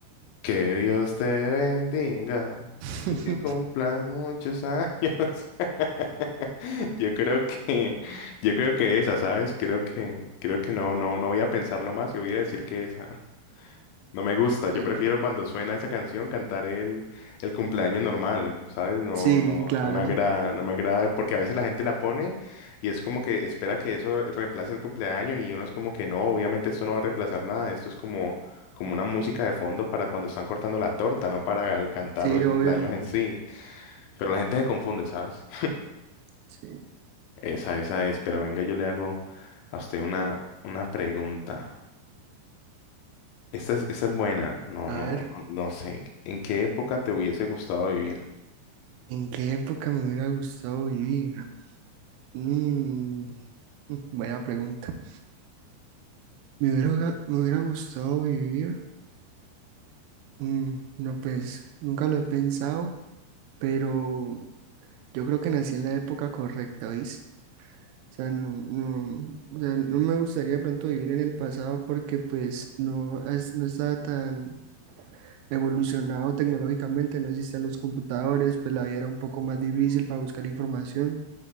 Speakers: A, on the left; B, on the right.
A: Que Dios te bendiga
B: <laughs>
A: y que cumplas muchos años. <laughs> Yo creo que, yo creo que esa, ¿sabes? Creo que, creo que no, no, no voy a pensarlo más y voy a decir que esa. No me gusta,
B: Ah,
A: yo prefiero cuando suena esa canción cantar el, el cumpleaños normal, ¿sabes? No,
B: Sí,
A: no,
B: claro.
A: no me agrada, no me agrada, porque a veces la gente la pone y es como que espera que eso reemplace el cumpleaños y uno es como que no, obviamente esto no va a reemplazar nada, esto es como, como una música de fondo para cuando están cortando la torta, no para el cantar
B: Sí,
A: el
B: obvio.
A: cumpleaños en sí, pero la gente se confunde, ¿sabes?
B: Sí.
A: Esa, esa es, pero venga, yo le hago a usted una, una pregunta. Esta es, esta es buena. No,
B: A
A: no,
B: ver,
A: no, no sé. ¿En qué época te hubiese gustado vivir?
B: ¿en qué época me hubiera gustado vivir? Mm, <laughs> buena pregunta. Me hubiera, me hubiera gustado vivir. Mm, no, pues nunca lo he pensado, pero yo creo que nací en la época correcta, ¿oís? O sea, no, no- o sea, no me gustaría de pronto vivir en el pasado porque pues no, es- no estaba tan evolucionado tecnológicamente, no existían los computadores, pues la vida era un poco más difícil para buscar información.